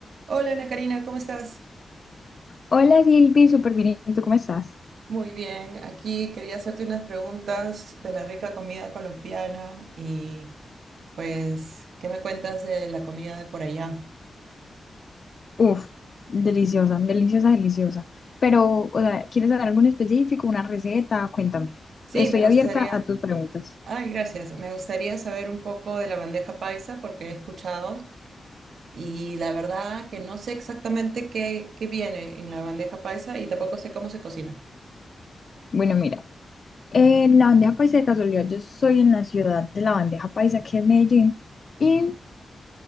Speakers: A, on the right; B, on the left.
A: Hola Ana Karina, ¿cómo estás?
B: Hola Silvi, súper bien. ¿y tú cómo estás?
A: Muy bien, aquí quería hacerte unas preguntas de la rica comida colombiana y pues, ¿qué me cuentas de la comida de por allá?
B: Uf, deliciosa, deliciosa, deliciosa. Pero, o sea, ¿quieres saber algo en específico, una receta? Cuéntame.
A: Sí,
B: Estoy
A: me gustaría,
B: abierta a tus preguntas.
A: ay, gracias, me gustaría saber un poco de la bandeja paisa porque he escuchado. Y la verdad que no sé exactamente qué, qué viene en la bandeja paisa y tampoco sé cómo se cocina.
B: Bueno, mira, eh, la bandeja paisa de casualidad, yo soy en la ciudad de la bandeja paisa, que es Medellín, y,